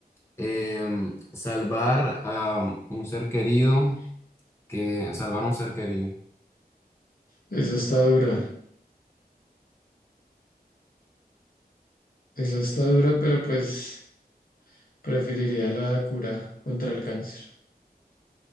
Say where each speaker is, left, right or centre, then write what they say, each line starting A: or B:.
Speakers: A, on the left; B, on the left.
A: em, salvar a un ser querido que salvar a un ser querido?
B: esa está dura, esa está dura, pero pues preferiría la cura contra el cáncer.